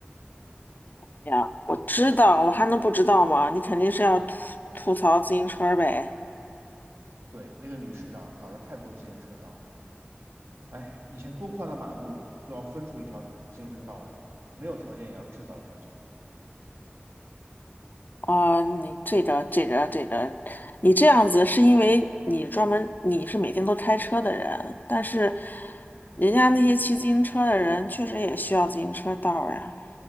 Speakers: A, on the left (about 50°); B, on the right (about 80°).
A: 呀，我知道，我还能不知道吗？你肯定是要吐吐槽自行车儿呗。
B: 对，那个女市长搞了太多自行车道，哎，以前多宽的马路都要分出一条自行车道来，没有条件也要制造条件。
A: 啊、你这个这个这个，你这样子是因为你专门你是每天都开车的人，但是人家那些骑自行车的人确实也需要自行车道儿呀。